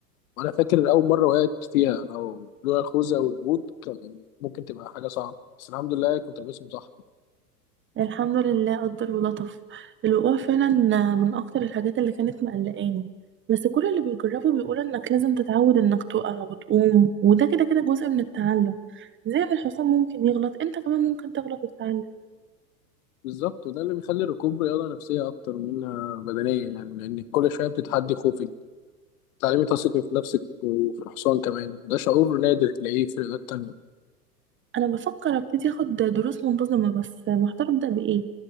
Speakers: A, on the left (about 55°); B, on the right (about 25°).
A: وأنا فاكر أول مرة وقعت فيها لو لولا الخوذة والبوت كان ممكن تبقى حاجة صعبة بس الحمد لله كنت لابسهم صح
B: الحمد لله قدر ولطف الوقوع فعلا من اكتر الحاجات اللي كانت مقلقاني بس كل اللي بيجربه بيقول انك لازم تتعود انك تقع وتقوم وده كده كده جزء من التعلم زي ما الحصان ممكن يغلط انت كمان ممكن تغلط وتتعلم
A: بالظبط وده اللي بيخلي الركوب رياضة نفسية أكتر منها بدنية يعني لأن كل شوية بتتحدي خوفك تعليمي تثقي في نفسك وفي الحصان كمان وده شعور نادر تلاقيه في الرياضات التانية
B: انا بفكر ابتدي اخد دروس منتظمة بس محتار ابدا بايه